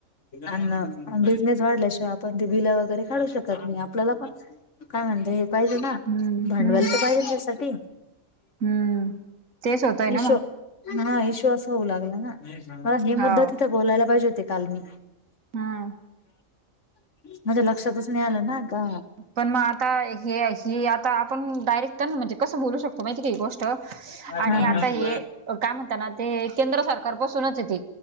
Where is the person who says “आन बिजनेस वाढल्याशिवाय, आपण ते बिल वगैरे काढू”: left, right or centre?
Left